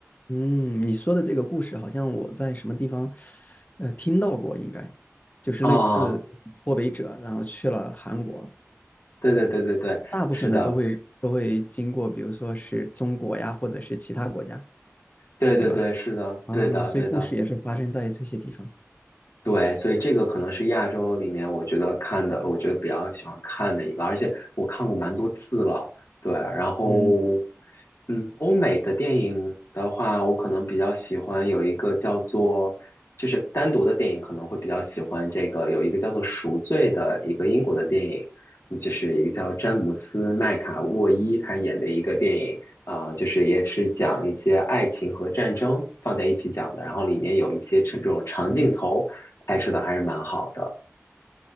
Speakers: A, on the left; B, on the left.
A: 嗯，你说的这个故事好像我在什么地方，呃，听到过，应该就是类似脱北者，
B: 啊，
A: 然后去了韩国，
B: 对对对对对，
A: 大部分的都会都会经过，
B: 是的，
A: 比如说是中国呀，或者是其他国家，
B: 对对对是的，
A: 对吧？啊，
B: 对的对的。
A: 所以故事也是发生在这些地方。
B: 对，所以这个可能是亚洲里面我觉得看的，我觉得比较喜欢看的一个，而且我看过蛮多次了。对，然后，
A: 嗯
B: 嗯，欧美的电影的话，我可能比较喜欢有一个叫做，就是单独的电影可能会比较喜欢这个，有一个叫做《赎罪》的一个英国的电影，嗯就是一个叫詹姆斯麦卡沃伊他演的一个电影。啊、就是也是讲一些爱情和战争放在一起讲的，然后里面有一些这这种长镜头，
A: 嗯，
B: 拍摄的还是蛮好的。